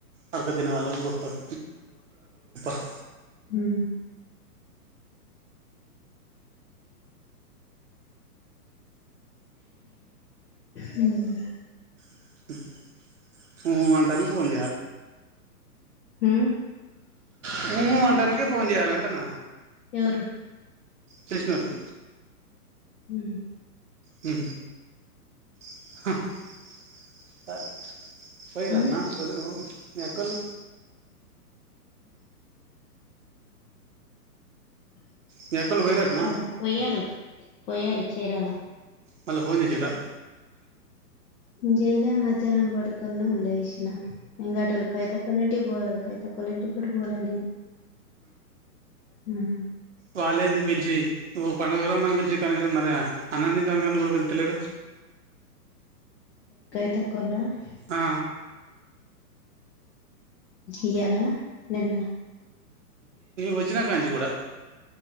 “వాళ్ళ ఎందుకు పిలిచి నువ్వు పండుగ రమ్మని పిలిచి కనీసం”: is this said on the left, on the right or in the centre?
Right